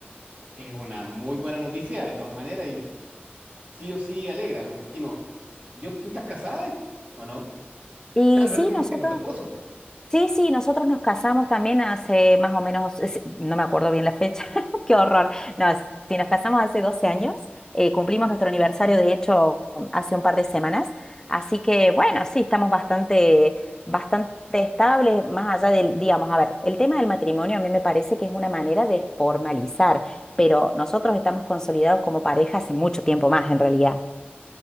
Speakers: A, on the right; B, on the left.
A: Es una muy buena noticia, de todas maneras, y sí o sí alegra, me imagino. Yo, ¿tú estás casada y- o no?
B: Y
A: Da, Es verdad
B: sí,
A: que me
B: nosotros
A: dijiste con tu esposo.
B: Sí, sí, nosotros nos casamos también hace más o menos, es- no me acuerdo bien la fecha, <laughs> qué horror. No, sí, nos casamos hace 12 años, eh, cumplimos nuestro aniversario, de hecho, hace un par de semanas. Así que, bueno, sí, estamos bastante, bastante estables, más allá del, digamos, a ver, el tema del matrimonio a mí me parece que es una manera de formalizar, pero nosotros estamos consolidados como pareja hace mucho tiempo más, en realidad.